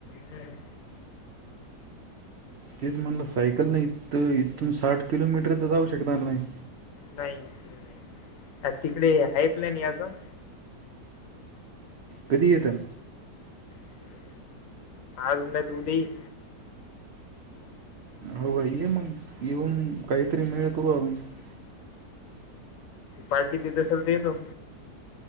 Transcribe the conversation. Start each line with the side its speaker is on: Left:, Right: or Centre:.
Left: हं.
Right: तेच म्हणलं सायकल नाही. इथून साठ किलोमीटर तर जाऊ शकणार नाही?
Left: नाही तिकडे हाईप्लॅन या -- ता <inaudible>
Right: कधी येतय?
Left: हम्म. आज नाही तर उद्या येईल.
Right: हो का. ये मग येऊन काहीतरी मेळ करू मग --
Left: पार्टी देत असल तर येतो.